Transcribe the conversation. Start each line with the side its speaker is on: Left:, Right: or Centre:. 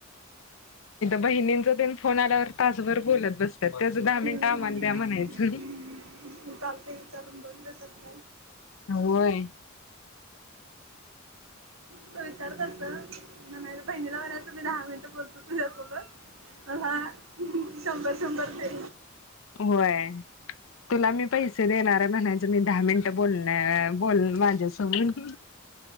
Left: बहीण न ते फोन आल्यावर तासभर बोलत बस तेच दहा मिनिट
Right: हम्म
Left: आम्हाला द्या म्हणायचं.
Right: चालते विचारून बघ देतात
Left: होय.
Right: तु विचार तसं नाही बहिणीला म्हणायच मी दहा मिनिटं बोलतो तुझ्यासोबत. असं शंभर शंभर ते.
Left: होय तुला मी पैसे देणार आहे म्हणायच मी दहा मिनट बोलण्या बोल माझ्यासोबत.